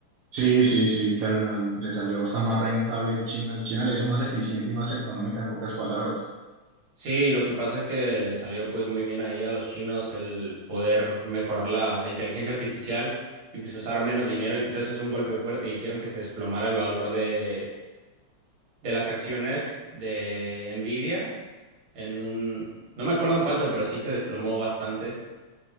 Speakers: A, on the right (about 75°); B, on the right (about 50°).
A: Sí, sí, sí, que al- al- le salió bastante más rentable China. China le hizo más eficiente y más económica en pocas palabras.
B: Sí, lo que pasa es que le salió pues muy bien ahí a los chinos el poder mejorar la, la inteligencia artificial y pues usar menos dinero y pues eso es un golpe fuerte. Hicieron que se desplomara el valor de, de las acciones de Nvidia en un... No me acuerdo en cuánto, pero sí se desplomó bastante